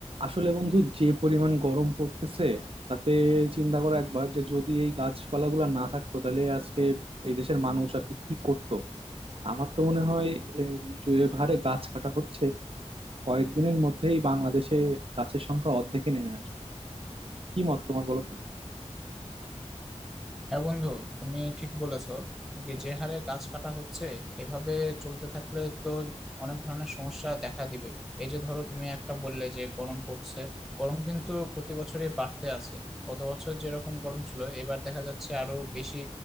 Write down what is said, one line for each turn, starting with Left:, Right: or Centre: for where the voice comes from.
Right: আসলে বন্ধু যে পরিমাণ গরম পড়তেছে তাতে চিন্তা করো একবার যে যদি এই গাছপালাগুলো না থাকতো তাহলে আজকে এই দেশের মানুষ আর কি কি করতো আমার তো মনে হয় আহ, যে হারে গাছ কাটা হচ্ছে কয়েকদিনের মধ্যেই বাংলাদেশে গাছের সংখ্যা অর্ধেকে নেমে আসবে কি মত তোমার বলো তো
Centre: হ্যাঁ বন্ধু তুমি ঠিক বলেছো যে যে হারে গাছ কাটা হচ্ছে এভাবে চলতে থাকলে তো অনেক ধরনের সমস্যা দেখা দিবে এই যে ধরো তুমি একটা বললে যে গরম পড়ছে গরম কিন্তু প্রতি বছরই বাড়তে আছে গত বছর যেরকম গরম ছিল এবার দেখা যাচ্ছে আরো বেশি